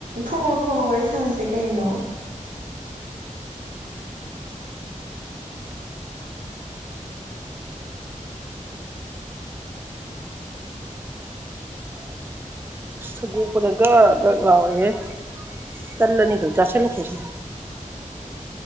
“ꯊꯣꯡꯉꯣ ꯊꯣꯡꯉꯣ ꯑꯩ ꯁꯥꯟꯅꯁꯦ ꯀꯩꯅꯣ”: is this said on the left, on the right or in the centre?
Right